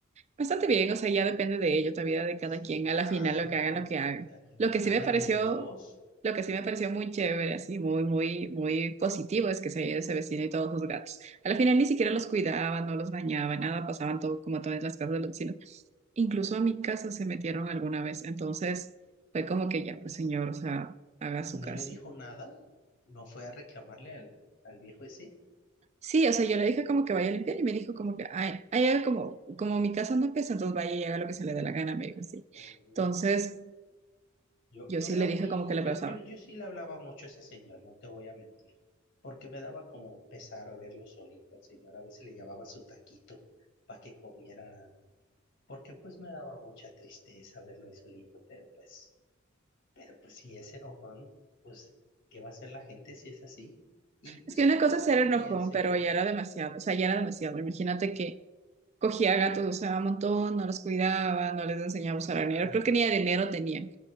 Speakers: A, on the right; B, on the left.
A: Bastante bien, o sea, ya depende de ello, todavía de cada
B: Sí,
A: quien,
B: claro,
A: a la final lo que hagan,
B: o
A: lo que hagan.
B: sea,
A: Lo que sí
B: ganan
A: me pareció,
B: los dos
A: lo que sí me pareció muy chévere, así, muy, muy, muy positivo es que se haya ido ese vecino y todos sus gatos. A la final ni siquiera los cuidaban, no los bañaban, nada, pasaban todo como todas las casas de los vecinos. Incluso a mi casa se metieron alguna vez, entonces fue como que ya, pues señor, o sea, haga su
B: y no
A: casa.
B: le dijo nada, no fue a reclamarle al, al viejo ese.
A: Sí, o sea, yo le dije como que vaya a limpiar y me dijo como que, ay, ay, haga como, como mi casa no pesa, entonces vaya y haga lo que se le dé la gana, me dijo así.
B: Oh, no.
A: Entonces...
B: Yo,
A: Yo
B: yo
A: sí
B: era
A: le
B: muy,
A: dije como que le pasaba.
B: yo, yo, yo sí le hablaba mucho a ese señor, no te voy a mentir, porque me daba como pesar verlo solito al señor, a veces le llevaba su taquito para que comiera, porque pues me daba mucha tristeza verlo ahí solito, pero pues Pero pues si es enojón, pues ¿qué va a hacer la gente si es así? Y pues
A: Es que
B: sí,
A: una cosa
B: qué bueno
A: es ser enojón,
B: que ya se
A: pero
B: fue.
A: ya era demasiado, o sea, ya era demasiado. Imagínate que cogía gatos, o sea, un montón, no los cuidaba, no les enseñaba a usar
B: Ay,
A: dinero, creo que
B: no.
A: ni dinero tenían.